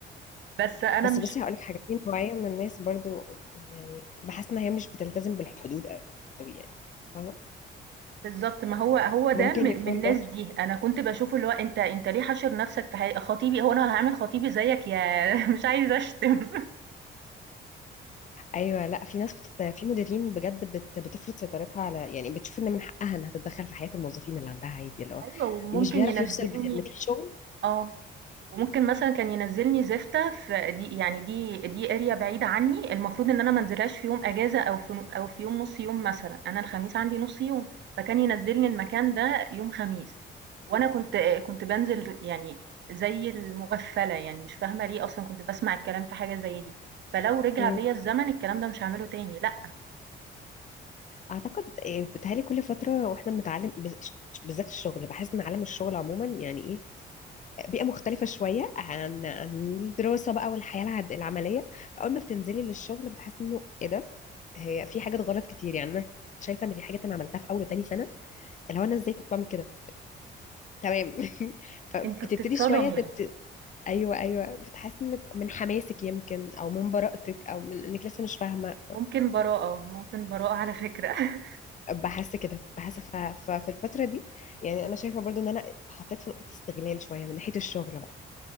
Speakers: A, on the right; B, on the left.
A: بس أنا
B: بس
A: مش
B: بصي هقول لك حاجه في نوعيه من الناس برضو يعني بحس ان هي مش بتلتزم بالحدود قوي يعني فاهمه
A: بالضبط، ما هو هو ده
B: ممكن
A: من
B: يكون
A: من الناس
B: ده
A: دي، أنا كنت باشوفه اللي هو أنت أنت ليه حاشر نَفْسك في حاجة خطيبي هو أنا هاعمل خطيبي زيّك ياه! <laughs> مش عايزة أشتم
B: ايوه لا في ناس بتت... في مديرين بجد بت... بتفرض سيطرتها على يعني بتشوف ان من حقها انها تتدخل في حياه الموظفين اللي عندها عادي اللي هو
A: أيوه، وممكن
B: مش بيعرف
A: ينزّلني
B: يفصل بين انك الشغل
A: <laughs> آه. وممكن مثلًا كان ينزّلني زفتة في دي يعني دي دي area بعيدة عني، المفروض إن أنا ما انزلهاش في يوم أجازة أو في أو في يوم نُص يوم مثلًا، أنا الخميس عندي نُص يوم، فكان ينزّلني المكان ده يوم خميس، وأنا كنت كنت بانزل يعني زي المغفّلة، يعني مش فاهمة ليه أصلًا كنت باسمع الكلام في حاجة زي دي، فلو رجع
B: أمم.
A: بيّا الزمن الكلام ده مش هاعمله تاني، لأ،
B: اعتقد إيه، بتهيألي كل فتره واحنا بنتعلم بز- بالذات الشغل بحس ان عالم الشغل عموما يعني ايه بيئه مختلفه شويه عن عن الدراسه بقى والحياه العد- العمليه فاول ما بتنزلي للشغل بتحس انه ايه ده هي في حاجات غلط كتير يعني انا شايفه ان في حاجات انا عملتها في اول وتاني سنه اللي هو انا ازاي كنت بعمل كده تمام <laughs> فبتبتدي
A: أنتِ بتتصدمي،
B: شويه تبت... ايوه ايوه بتحس انك من حماسك يمكن او من براءتك او من انك لسه مش فاهمه
A: ممكن براءة، ممكن براءة على فكرة. <laughs>
B: بحس كده بحس ف... ففي الفتره دي يعني انا شايفه برضو ان انا اتحطيت في نقطه استغلال شويه من ناحيه الشغل بقى